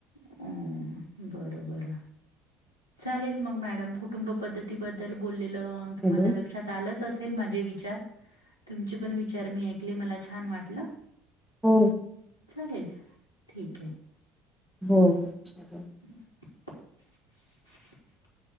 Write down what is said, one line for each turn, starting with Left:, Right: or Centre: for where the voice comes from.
Left: अ बरं बरं चालेल मग मॅडम कुटुंब पद्धतीबद्दल बोललेलं तुम्हाला
Centre: हॅलो,
Left: लक्षात आलंच असेल माझे विचार तुमचे पण विचार मी ऐकले मला छान वाटलं.
Centre: हो.
Left: चालेल ठीकये.
Centre: हो हो
Left: ह